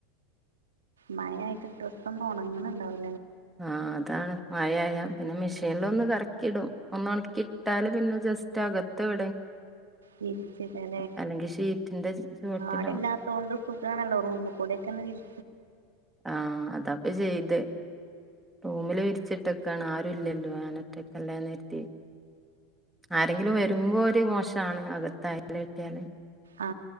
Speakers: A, on the right (about 75°); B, in the centre.
A: മഴയായിട്ട് ഡ്രസ്സൊന്നും ഉണങ്ങുന്നണ്ടാവി
B: ആഹ അതാണ് മഴയായ പിന്നെ മെഷീനിലൊന്ന് കറക്കി ഇടും ഒന്ന് ഉണക്കി ഇട്ടാല് പിന്നെ ജസ്റ്റ് അകത്ത് <inaudible>
A: വിരിച്ചിടല്ലേ
B: അല്ലെങ്കിൽ ഷീറ്റിന്റെ ചുവട്ടിലോ
A: ആളില്ലാത്തോണ്ട് സുഖാണല്ലോ റൂമുക്കൂടെക്കെന്ന് വിരി
B: ആഹ് അതാപ്പോ ചെയ്തേ റൂമില് വിരിച്ച് വെക്കണം ആരുഇല്ലലോ വേന <unintelligible> ഒറ്റക്കെല്ലന്ന് കരുതിയാ ആരെങ്കിലും വരുമ്പോ ഒരു മോശാണ് അകത്ത് അയലൽ വെക്കാൻ
A: ആ